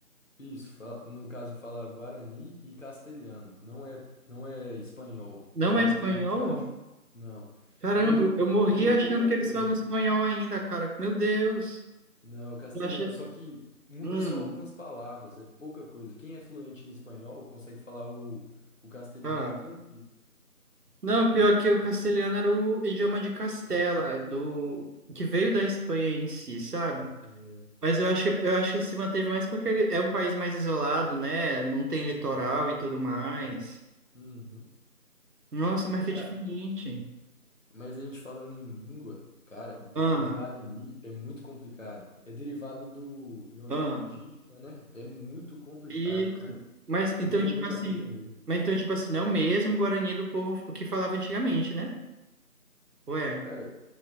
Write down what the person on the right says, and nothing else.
Não
é
espanhol?
Caramba,
eu morri
achando
que
eles falam
espanhol ainda, cara. Meu Deus.
Eu achei...
Hum,
ah.
Não, pior que o castelhano era o idioma de Castela, do que veio da Espanha em si, sabe?
Mas eu acho que, eu acho que se manteve mais porque ele é um país mais isolado, né? Não tem litoral e tudo mais.
Nossa, mas que
diferente.
Ah,
ah,
isso.
Mas então,
tipo
assim.
Mas então, tipo assim, não é o mesmo Guarani do povo que falava antigamente, né? Ué.